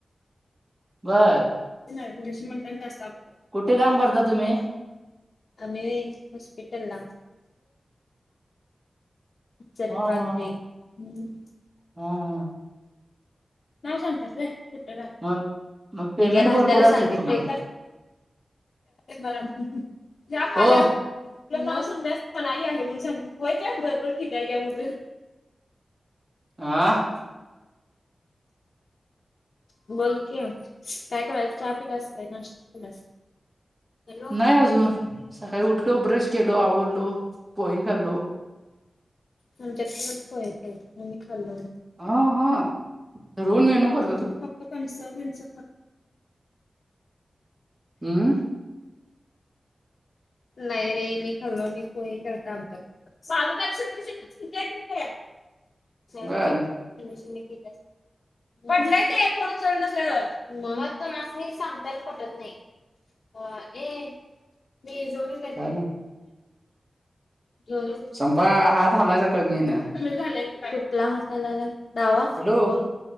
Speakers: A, on the right; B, on the left.
A: बर
B: नाही म्हणात जास्तत
A: कुठे काम करता तुम्ही?
B: आम्ही हॉस्पिटल ला. सर
A: हा
B: कांजी
A: हा
B: हम्
A: हा हा
B: नाव सांगता कुठ राहते
A: मग मग पेमेंट
B: मी का
A: भरपूर
B: राहताला सांगे
A: असेल तुम्हाला
B: ते म खज
A: ओ
B: <unintelligible> ना सांगण्यास मणई आहे म्हणून सांग होय का ब भरपूर ठीक आहे काय म्हणे.
A: आ
B: बोल की, काय करायच, चहा पिलासं काय हॅलो
A: नाही अजून सकाळी उठलो ब्रश केलो आवरलो पोहे खालो.
B: आणि त्याय मी खाल्लो.
A: हा हा रवण मेहनू करतो.
B: मी फक्त कणस बिनस
A: हम्म
B: नाही रे मी खाल्लो नाही पो करता अदल साद <inaudible> स श
A: बर
B: ठी बडलाय तेण चलं मग म सांगता पटत नाही. अ ए मी झो क.
A: काय
B: ग
A: संपा हात हालायचा कमी ना
B: झाय कुठला हासालालाय दावा
A: हॅलो
B: होन